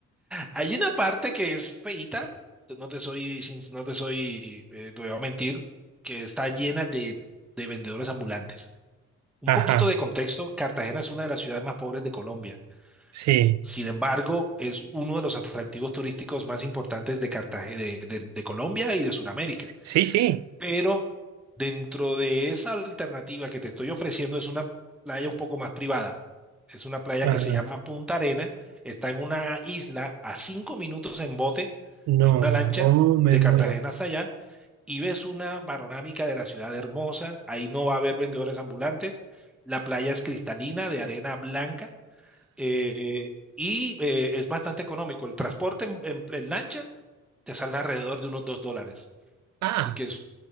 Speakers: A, in the centre; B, on the right.
A: Hay una parte que es feíta, no te soy, sin- no te soy, eh, te voy a mentir, que está llena de, de vendedores ambulantes. Un
B: Ajá,
A: poquito de contexto, Cartagena es una de las ciudades más pobres de Colombia.
B: sí,
A: Sin embargo, es uno de los atractivos turísticos más importantes de Cartagena, de, de- de Colombia y de Sudamérica.
B: sí, sí.
A: Pero dentro de esa alternativa que te estoy ofreciendo es una playa un poco más privada. Es una playa
B: Ajá.
A: que se llama Punta Arena. Está en una isla a cinco minutos en bote,
B: No,
A: en una lancha
B: oh, me
A: de
B: muero.
A: Cartagena hasta allá, y ves una panorámica de la ciudad hermosa. Ahí no va a haber vendedores ambulantes. La playa es cristalina, de arena blanca, eh, y eh, es bastante económico. El transporte en, en- en lancha te sale alrededor de unos dos dólares.
B: Ah,
A: Así que es